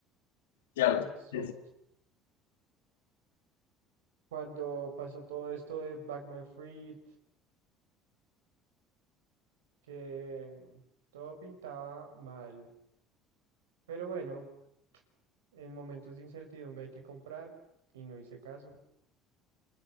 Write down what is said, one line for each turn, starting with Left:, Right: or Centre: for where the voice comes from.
Left: Claro.
Right: Panic salt
Left: sí, sí.
Right: Cuando pasó todo esto de Backman Freed, que todo pintaba mal. Pero bueno, en momentos de incertidumbre hay que comprar y no hice caso.